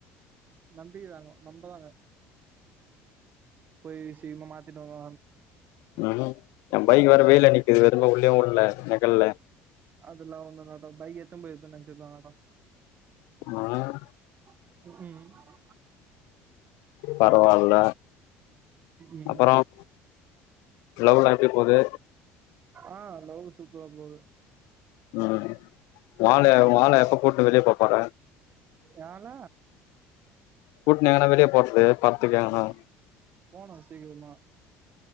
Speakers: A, on the right; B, on the left.
A: நம்பிக்கைதாங்க நம்பதாங்க போய் சிம்ம மாத்தட்டுங்க
B: ம் என் பைக்கு வேற வெயில நிக்குது விரும்ப உள்ளயும் உள்ளல நகழ்
A: அெல்லாம் ஒண்ணும்ட்டம் பை எத்தும் போய இதுண்ண நினச்சல்லவாங்கட்டம்
B: ஆஹ்
A: உம்
B: பரவால்ல
A: ம்ஹும்
B: அப்பறம் லவ்லா எப்டி போது
A: அ லவ்வு சூப்பரா போது
B: ம் ஓ ஆள ஓ ஆள எப்ப கூட்டுனு வெளிய போப்போற
A: ஏன் ஆள
B: கூட்னு எங்னா வெளிய போறது பட்த்துக்கெங்னா
A: போனு சீக்கிரமா